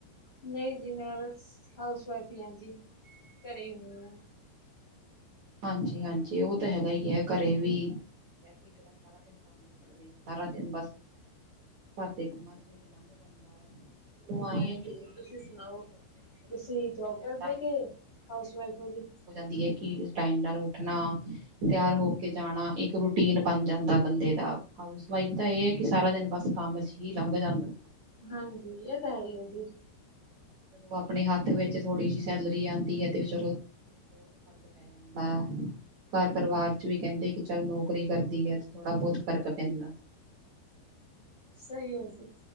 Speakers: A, on the left; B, on the right.
A: ਨਹੀਂ ਜੀ ਮੈਂ ਬਸ ਹਾਊਸ ਵਾਈਫ ਹੀ ਹਾਂ ਜੀ, ਘਰੇ ਹੀ ਹੁੰਦੀ ਹਾਂ।
B: ਹਾਂਜੀ -ਹਾਂਜੀ ਉਹ ਤਾਂ ਹੈਗਾ ਹੀ ਹੈ। ਘਰੇ ਵੀ ਰਹਿ ਕੇ ਕਿਹੜਾ ਸਰਦਾ। ਸਾਰਾ ਦਿਨ ਬਸ ਕੰਮ ਕਰਦੇ ਆ। ਸਾਰਾ ਦਿਨ ਬਸ ਘਰ ਦੇ ਕੰਮਾਂ ਚ' ਵੀ ਨਿਕਲ ਜਾਂਦਾ ਹੈ। ਚਲੋ ਆਏ
A: ਹਾਂਜੀ
B: ਆ ਕਿ ਜਦੋਂ
A: ਤੁਸੀਂ
B: ਕੋਈ ਨੌਕਰੀ
A: ਸੁਣਾਓ,
B: ਕਰਦਾ ਚਲੋ
A: ਤੁਸੀਂ
B: ਚਲੋ ਥੋੜਾ
A: ਜੋਬ
B: ਜਿਹਾ
A: ਕਰਦੇ ਹੋ ਕੇ, ਹਾਊਸਵਾਾਈਫ ਹੋ ਜੀ?
B: ਦੀ ਕਿ ਟਾਈਮ ਨਾਲ ਉੱਠਣਾ। ਤਿਆਰ ਹੋ ਕੇ ਜਾਣਾ ਇੱਕ ਰੂਟੀਨ ਬਣ ਜਾਂਦਾ ਬੰਦੇ ਦਾ ਹਾਊਸ ਵਾਈਫ ਤਾਂ ਇਹ ਹੈ ਕਿ ਸਾਰਾ ਦਿਨ ਬਸ ਕੰਮ ਚ ਹੀ। ਹੀ ਲੰਘ ਜਾਂਦਾ।
A: ਹਾਂਜੀ ਇਹ ਤੇ ਹੈ ਹੀ ਹੈ ਜੀ।
B: ਉ ਆਪਣੇ ਹੱਥ ਵਿੱਚ ਥੋੜੀ ਜਿਹੀ ਸੈਲਰੀ ਆਉਂਦੀ ਹੈ ਤੇ ਚਲੋ ਫਰਕ ਪੈ ਜਾਂਦਾ। ਘਰ ਪਰਿਵਾਰ ਚ ਵੀ ਕਹਿੰਦੇ ਕਿ ਚੱਲ ਨੌਕਰੀ ਕਰਦੀ ਹੈ ਤੇ ਥੋੜ੍ਹਾ ਬਹੁਤ ਫ਼ਰਕ ਪੈਂਦਾ।
A: ਸਹੀ ਹੈ ਜੀ